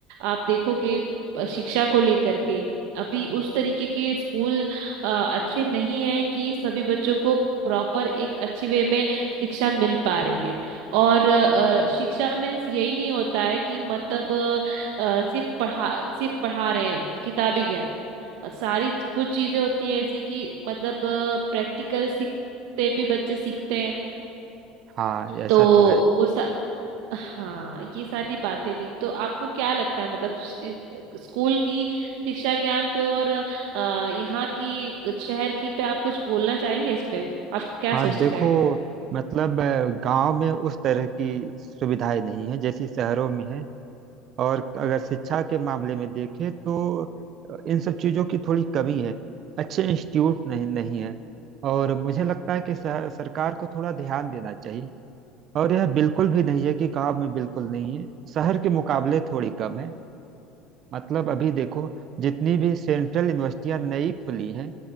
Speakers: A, on the right; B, on the right.
A: आप देखोगे अ, शिक्षा को लेकर के अभी उस तरीके के स्कूल अ, अच्छे नहीं है कि सभी बच्चों को प्रॉपर एक अच्छी वे में शिक्षा मिल पा रही है और अ, शिक्षा मीन्स यही नहीं होता है कि मतलब अ, सिर्फ पढ़ा सिर्फ पढ़ा रहे हैं किताबी ज्ञान सारी च- कुछ चीजें होती है ऐसी कि मतलब प्रैक्टिकल सीखते भी बच्चे सीखते हैं
B: हाँ ऐसा
A: तो
B: तो है
A: वो सा हाँ ये सारी बातें भी तो आपको क्या लगता है मतलब स- इस- स्कूल की शिक्षा ज्ञान पे और अ, यहाँ की शहर की पे आप कुछ बोलना चाहेंगे इस पे आप क्या
B: हाँ
A: सोचते
B: देखो
A: हैं
B: मतलब गांव में उस तरह की सुविधाएं नहीं है जैसी शहरों में है और अगर शिक्षा के मामले में देखें तो अ, इन सब चीज़ों की थोड़ी कमी है अच्छे इंस्टीट्यूट नहीं नहीं है और मुझे लगता है कि स- सरकार को थोड़ा ध्यान देना चाहिए और यह बिल्कुल भी नहीं है कि गांव में बिल्कुल नहीं है शहर के मुकाबले थोड़ी कम है मतलब अभी देखो जितनी भी सेंट्रल यूनिवर्सिटियां नई खुली हैं